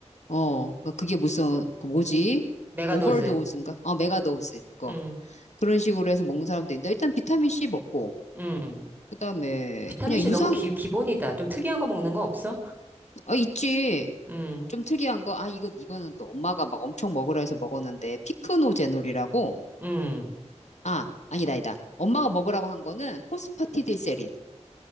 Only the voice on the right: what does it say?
메가도즈.
음,
음.
비타민C
너무 기, 기본이다. 좀 특이한 거 먹는 거 없어?
음,
음.